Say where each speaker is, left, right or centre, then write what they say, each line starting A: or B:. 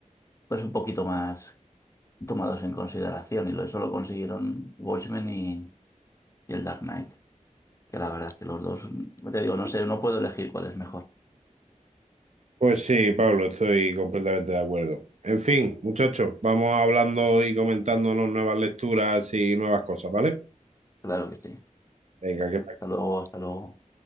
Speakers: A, on the left (about 20°); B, on the right (about 55°).
A: pues un poquito más tomados en consideración y eso lo consiguieron Watchmen y, y el Dark Knight, que la verdad es que los dos, te digo, no sé, no puedo elegir cuál es mejor.
B: Pues sí, Pablo, estoy completamente de acuerdo. En fin, muchachos, vamos hablando y comentándonos nuevas lecturas y nuevas cosas, ¿vale?
A: Claro que sí.
B: Venga, que
A: Hasta luego, hasta luego.